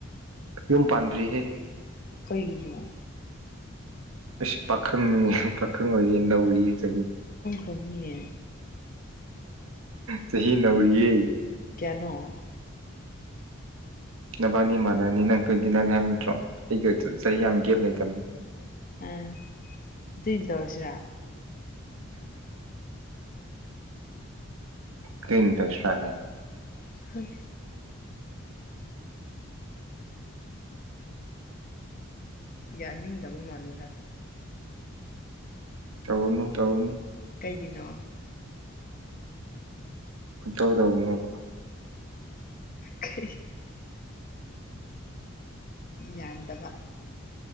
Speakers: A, on the right; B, on the left.
A: ꯍꯨꯝ ꯄꯥꯟꯗ꯭ꯔꯤꯍꯦ
B: ꯀꯩꯅ
A: ꯑꯁ ꯄꯥꯈꯪꯅꯦ ꯄꯥꯈꯪ ꯑꯣꯏꯌꯦ ꯅꯧꯔꯤꯌꯦ ꯀꯔꯤ
B: ꯀꯌꯦ
A: ꯆꯍꯤ ꯅꯧꯔꯤꯌꯦ
B: ꯀꯩꯅꯣ
A: ꯅꯕꯥꯅꯤ ꯃꯥꯟꯅꯅꯤ ꯅꯪ ꯇ꯭ꯋꯦꯟꯇꯤ ꯅꯥꯏꯟ ꯍꯥꯏꯕ ꯅꯠꯇ꯭ꯔꯣ ꯑꯩꯒ ꯆꯍꯤ ꯌꯥꯝ ꯒꯦꯞ ꯂꯩꯇꯕꯅꯤ
B: ꯑ ꯑꯗꯨꯝ ꯇꯧꯔꯁꯤꯔꯥ
A: ꯀꯤꯟ ꯇ ꯐ
B: ꯍꯝ ꯌꯥꯅꯤꯗꯕꯨ ꯃꯥꯅꯗ
A: ꯇꯥꯎꯟ ꯇꯥꯎꯟ
B: ꯀꯩꯒꯤꯅꯣ
A: ꯀꯣꯏ ꯇꯧꯗꯧꯕꯕ
B: ꯀꯩ ꯌꯥꯠꯗꯕ